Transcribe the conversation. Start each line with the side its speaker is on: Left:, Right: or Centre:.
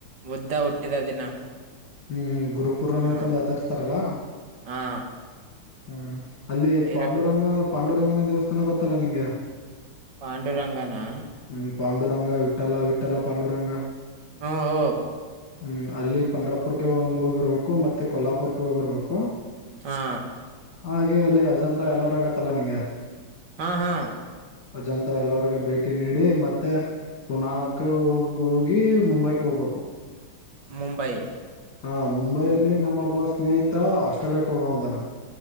Right: ಮುದ್ದ ಹುಟ್ಟಿದ ದಿನ
Left: ಹ್ಮ್್ಮ ಗುರುಪೂರ್ಣಮ
Right: ಹಾ
Left: ತ ದಚರಿಸತಾರಲಾ
Right: ಹಾ
Left: ಹ್ಮ್ ಅಲ್ಲಿ
Right: ಎರ
Left: ಪಾಂಡುರಂಗ ಪಾಂಡುರಂಗನ ದೇವಸ್ಥಾನ ಗೊತ್ತಲ್ಲ ನಿಂಗೆ
Right: ಪಾಂಡುರಂಗನಾ
Left: ಹ್ಮ್ ಪಾಂಡುರಂಗ ವಿಠಲ್ಲ ವಿಠ್ಠಲ್ಲ ಪಾಂಡುರಂಗ
Right: ಹಾ ಹ
Left: ಹ್ಮ್ ಅಲ್ಲಿ ಪನ್್ರ ಪುರ್ ಹೋಗ್ ಬರ್ಬೇಕು ಮತ್ತೆ ಕೊಲ್ಲಾಪುರ್ಕ್ಕೆ ಹೋಗ್ ಬರ್ಬೇಕು
Right: ಹಾ
Left: ಹಾಗೆ ಅಲ್ಲಿ ಅಜಂತಾ ಎಲ್ಲರಗ ಪತ್ತಲ ನಿಗೆ
Right: ಹಾ ಹಾ
Left: ಅಜಂತ ಎಲ್ಲರ್ಗ ಭೇಟಿ ನೀಡಿ ಮತ್ತೆ ಪುನಕ ಹ ಹೋಗಿ ಮುಂಬೈಕ್ ಹೋಗ್ಬೇಕು
Right: ಮುಂಬಂಬೈ
Left: ಹಾ ಮುಂಬೈಯಲ್ಲಿ ನಮ್ಮೊಬ್ಬ ಸ್ನೇಹಿತ ಆಸ್ಟ್ರೇಲಿಯಾಕ್ ಹೋಗ ಹುದನ